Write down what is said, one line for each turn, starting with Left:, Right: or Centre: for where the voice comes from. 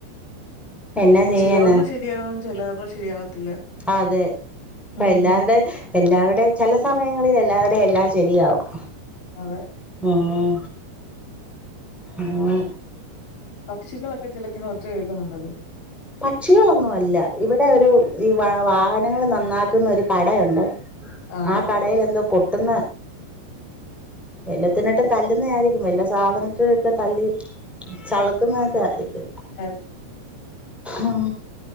Centre: എന്നാ ചെയ്യാനാ
Left: ചിലവരുടെ ശരിയാകും ചിലവരുടെ ശരിയാവത്തില്ല
Centre: അതെ ഇപ്പ
Left: ഉം
Centre: എല്ലാവരുടെ എല്ലാവരുടെയും ചില സമയങ്ങളിൽ എല്ലാവരുടെയും എല്ലാം ശരിയാവും
Left: അതെ
Centre: ആഹ് ആഹ്
Left: പക്ഷികളൊക്കെ ചിലക്കുന്ന ഒച്ച കേൾക്കുന്നുണ്ടല്ലോ
Centre: പക്ഷികളൊന്നും അല്ല ഇവിടെ ഒരു ഈ വാഹനങ്ങൾ നന്നാക്കുന്ന ഒരു കടയുണ്ട്
Left: ആണോ
Centre: ആ കടയിൽ എന്തോ കൊട്ടുന്ന വല്ല ത്തിനിട്ടും തല്ലുന്നതായിരിക്കും വല്ല സാധനത്തിലിട്ട് തല്ലി ചളുക്കുന്നതൊക്കെ ആയിരിക്കും
Left: അതെ
Centre: ഉം